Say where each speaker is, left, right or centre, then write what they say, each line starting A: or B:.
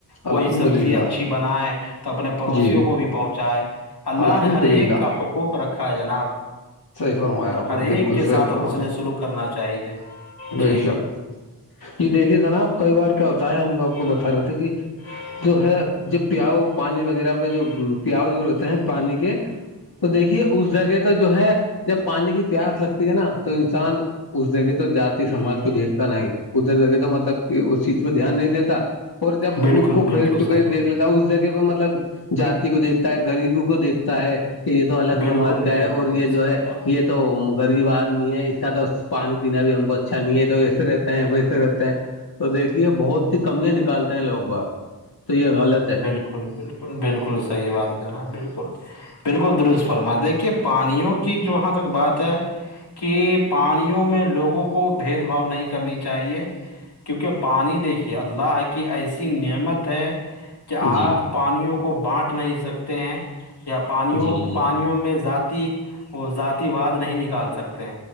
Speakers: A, on the left; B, on the left.
A: الحمد
B: کوئی سبزی
A: للہ
B: اچھی بنائے تو اپنے پڑوسیوں
A: جی
B: کو بھی پہنچائے اللہ
A: الحمد
B: نے ہر ایک
A: للہ
B: کا حقوق رکھا ہے جناب
A: صحیح فرمایا آپ
B: ہر
A: نے
B: ایک
A: بالکل
B: کے
A: صحیح
B: ساتھ
A: فرمایا
B: حسن سلوک کرنا چاہیے
A: بے
B: جی
A: شک
B: جی
A: جی دیکھیے جناب کئی بار کیا ہوتا ہے ہم کو آپ کو بتا رہے تھے کہ جو ہے جب پیاؤ پانی وغیرہ پہ جو پیاؤ جو رہتے ہیں پانی کے تو دیکھیے اس جگہ تو جو ہے جب پانی کی پیاس لگتی ہے نا تو انسان اس جگہ تو جات سماج کو دیکھتا نہیں ادھر جگہ تو مطلب کہ اس چیز کو دھیان نہیں دیتا اور جب
B: بالکل
A: اس کو
B: بالکل
A: فیس ٹوفیس
B: صحیح بات
A: دیکھ لے تب اس جگہ پہ مطلب جاتی کو دیکتا ہے غریبی کو دیکھتا ہے کہ یہ تو الگ
B: بالکل
A: سماج کا ہے
B: بالکل
A: اور یہ جو
B: صحیح
A: ہے
B: بات
A: یہ تو غریب آدمی ہے اس کا تو پانی پینا بھی ہم کو اچھا نہیں ہے تو ایسے رہتے ہیں ویسے رہتے ہیں تو دیکھیے بہت ہی کمیاں نکالتے ہیں لوگ باگ تو یہ غلط ہے
B: بالکل بالکل بالکل صحیح بات جناب بالکل بالکل درست فرما دیکھیے پانیوں کی جہاں تک بات ہے کہ پانیوں میں لوگوں کو بھید بھاؤ نہیں کرنی چاہیے کیونکہ پانی دیکھیے اللہ کی ایسی نعمت ہے کہ آپ
A: جی
B: پانیوں کو بانٹ نہیں سکتے ہیں یا پانیوں
A: جی
B: کو
A: جی
B: پانیوں میں ذات کی وہ ذاتی واد نہیں نکال سکتے